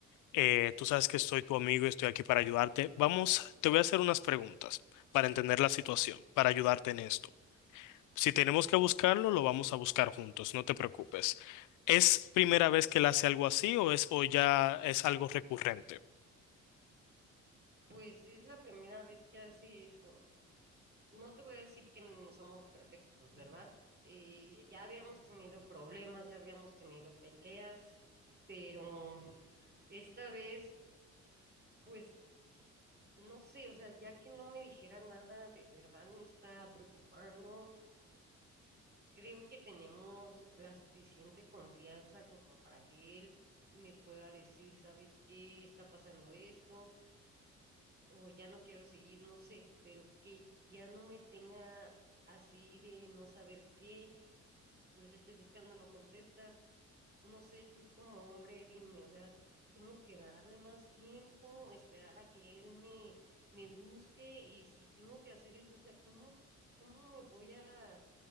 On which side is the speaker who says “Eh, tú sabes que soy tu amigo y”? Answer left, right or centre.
Left